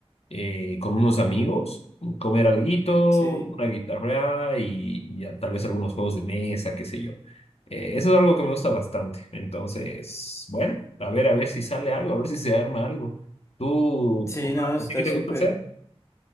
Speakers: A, on the left; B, on the left.
A: eh, con unos amigos, comer alguito,
B: Sí,
A: una guitarra y, y a- tal vez algunos juegos de mesa, qué sé yo. Eh, eso es algo que me gusta bastante. Entonces, bueno, a ver, a ver si sale algo, a ver si se arma algo. ¿Tú,
B: sí,
A: tú,
B: no, está
A: a ti qué te
B: súper.
A: gusta hacer?